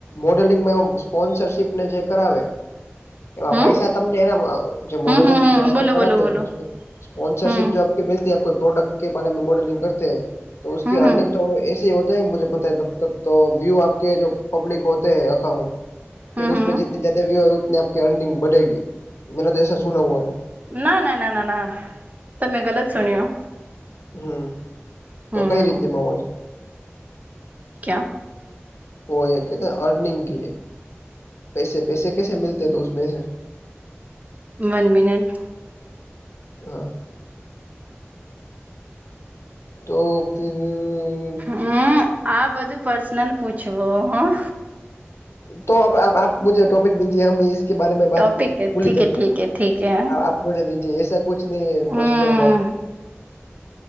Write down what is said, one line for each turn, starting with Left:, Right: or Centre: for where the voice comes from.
Left: મોડેલિંગમાં એ સ્પોન્સરશીપ ને જે કરાવે
Right: હમ
Left: એવા પૈસા તમને એને જે
Right: હમ
Left: મોડેલિંગ
Right: હમ હમ
Left: જો આપ
Right: બોલો
Left: કરાતે
Right: બોલો બોલો
Left: હે સ્પોન્સરશિપ
Right: હમ
Left: જો આપ મીલતી કોઈ પ્રોડક્ટ કે બારે મેં મોડલિંગ કરતે તો ઉસકી
Right: હમ હમ
Left: અર્નિંગ તો હોતા હૈ પતા હૈ તબ તક તો વ્યુ આપકે જો પબ્લિક હોતે હૈ અકાઉન્ટ
Right: હમ
Left: ફિર
Right: હમ
Left: જીતના જ્યાદા વ્યુ હો ઉતની આપ અર્નિંગ બડેગી મેને તો એસા સુના હુઆ હૈ.
Right: ના-ના-ના-ના-ના તમે ગલત સુણ્યો.
Left: હમ્મ તો
Right: હમ
Left: કઈ રીતેમાં હોય.
Right: ક્યા?
Left: ઓ એ કેતા અર્નિંગ કી પૈસે પૈસે કેસે મીલતે તો બે છે.
Right: વન મિનિટ
Left: હમ્મ તો ફિર
Right: હમ્મ આ બધું પર્સનલ પૂછવું હું
Left: તો અ આપ મુજે ટોપિક દીજે હમ કે બારે મેં બાત
Right: ટોપિક ઠીકે
Left: ભૂલી જાતે
Right: ઠીકે ઠીકે
Left: આપ મુજે દીજીએ એસા કુછ નહી હ પર્સનલ
Right: હમ
Left: બાત